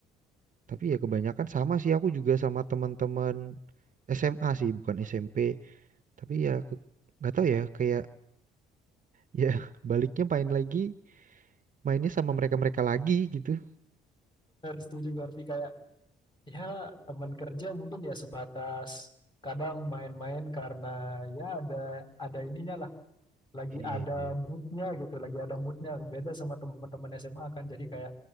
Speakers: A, on the right; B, on the left.
A: Tapi ya kebanyakan sama sih aku juga sama temen-temen SMA sih, bukan SMP. Tapi ya ke- nggak tahu ya kayak ya <laughs> baliknya main lagi, mainnya sama mereka-mereka lagi gitu.
B: setuju Kak Harfi kayak Ya, teman kerja mungkin ya sebatas kadang main-main karena ya ada ada ininya lah, lagi
A: Iya,
B: ada
A: iya,
B: moodnya gitu, lagi ada moodnya. Beda sama teman-teman SMA kan, jadi kayak